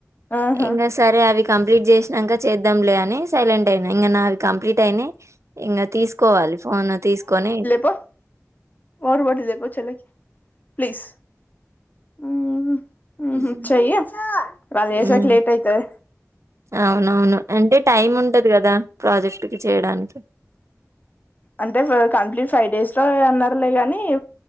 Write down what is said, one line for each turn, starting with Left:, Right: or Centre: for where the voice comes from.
Left: ఆహా
Right: ఇంగ సరే అవి కంప్లీట్ చేసినంక చేద్దాంలే అని సైలెంట్ అయినా ఇంగ నావి కంప్లీట్ అయినయ్ ఇంగ తీసుకోవాలి ఫోన్ తీసుకొని
Left: పొ వాటర్ బాటిల్ తెపొ చెల్లెకి ప్లీజ్ మ్
Right: హ్మ్.
Left: హు చెయ్యే వళ్ళు చేసారిక్
Right: హ్మ్.
Left: లేట్ అయితది
Right: అవునవును అంటె టైం ఉంటది గదా ప్రాజెక్ట్ కి చేయడానికి
Left: అంటే ఫ్ కంప్లీట్ ఫై డేస్ లో అన్నారులే గానీ